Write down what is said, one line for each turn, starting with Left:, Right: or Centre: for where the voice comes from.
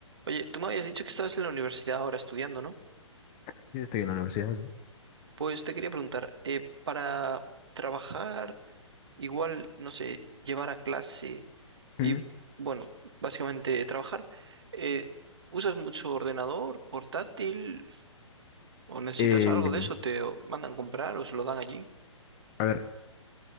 Right: Oye, tú me habías dicho que estabas en la universidad ahora estudiando, ¿no?
Left: Sí, estoy en la universidad, sí.
Right: Pues te quería preguntar, eh, para trabajar, igual, no sé, llevar a clase y,
Left: Mm.
Right: bueno, básicamente trabajar, eh, ¿usas mucho ordenador, portátil o necesitas
Left: Eh,
Right: algo de eso? ¿Te o- mandan comprar o se lo dan allí?
Left: a ver,